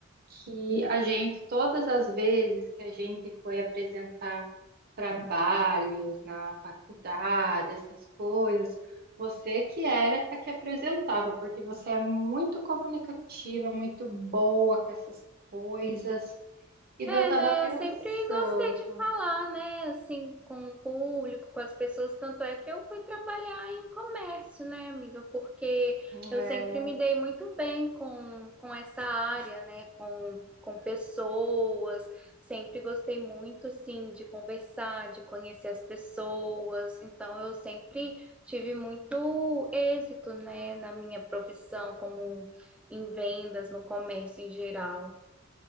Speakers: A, on the right (about 50°); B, in the centre.
A: que a gente, todas as vezes que a gente foi apresentar trabalhos na faculdade, essas coisas, você que era a que apresentava, porque você é muito comunicativa, muito boa com essas coisas. E
B: É,
A: daí eu tava
B: né?
A: pensando,
B: Eu sempre gostei de falar, né? Assim, com o público, com as pessoas. Tanto é que eu fui trabalhar em comércio, né, amiga? Porque
A: é,
B: eu sempre me dei muito bem com, com essa área, né? Com, com pessoas. Sempre gostei muito, assim, de conversar, de conhecer as pessoas. Então, eu sempre tive muito êxito, né, na minha profissão, como em vendas, no comércio em geral.